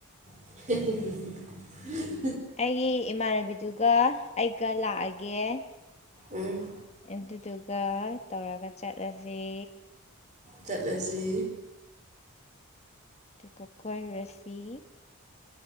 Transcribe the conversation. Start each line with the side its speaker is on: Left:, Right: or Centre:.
Right: <unintelligible> <inaudible>
Left: ꯑꯩꯒꯤ ꯏꯃꯥꯟꯅꯕꯤꯗꯨꯒ ꯑꯩꯒ ꯂꯥꯛꯑꯒꯦ
Right: ꯎꯝ
Left: ꯑꯗꯨꯗꯨꯒ ꯇꯧꯔꯒ ꯆꯠꯂꯁ
Right: ꯆꯠꯂꯁꯤ
Left: ꯑꯗꯨꯒ ꯀꯣꯏ ꯔꯁꯤ